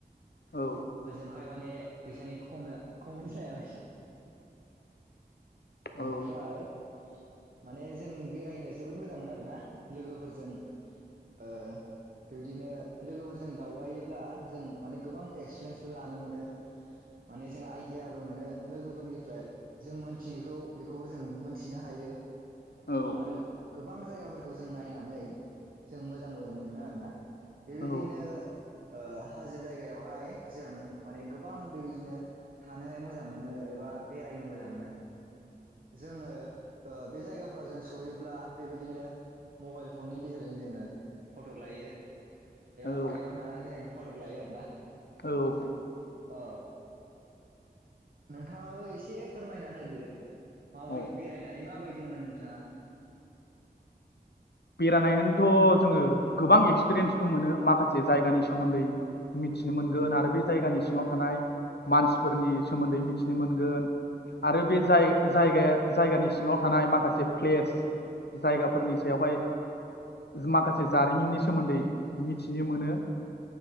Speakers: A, on the left (about 75°); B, on the right (about 55°).
A: औ
B: होजोंहाय माने फैसानि खम खमि जायालाय ओमफ्राय
A: औ ओं
B: माने जों बेरायनो जोबोद मोजां मोन आरो ना। लोगोफोरजों ओ बेबदिनो लोगोफोरजों दावबायोब्ला जों माने गोबां एक्सपिरियेन्सबो लानो मोनो माने जों आइदियाबो मोनो। लोगोफोरनिफ्राय जों मोनथियैखौ बेखौबो जों मोनथिनो हायो।
A: औ
B: आरो गोबां जायगाफोरखौ जों नायनानै जों मोजांबो मोनो आरो ना। बेबायदिनो
A: औ
B: ओ हाजो जायगायावहाय जों माने गोबां बेबायदिनो थानोहाय मोजां मोनो एबा बेरायनो मोजां मोनो जोङो ओ बे जायगाफ्राव जों सहैयोब्ला बेबायदिनो मबाइल फननि गेजेरजों जोङो फट'क लायो एबा
A: औ
B: बाइकआव थानानै जों फट'क लायो आरोना
A: औ
B: अ नोंथाङाबो एसे फोरमायना होदो माबाय
A: अ
B: बेरायनानै माबायदि मोनो नोंथाङा?
A: बेराय नायनानैथ' जोङो गोबां एक्सपिरियेन्सबो मोनो माखासे जायगानि सोमोन्दै मिथिनो मोनगोन
B: औ
A: आरो बे जायगानि सिङाव थानाय मानसिफोरनि सोमोन्दै मिथिनो मोनगोन आरो बे जाय- जायगाया- जायगानि सिङाव थानाय माखासे प्लेस जायगाफोरनि सायावहाय माखासे जारिमिननि सोमोन्दै मिथिनो मोनो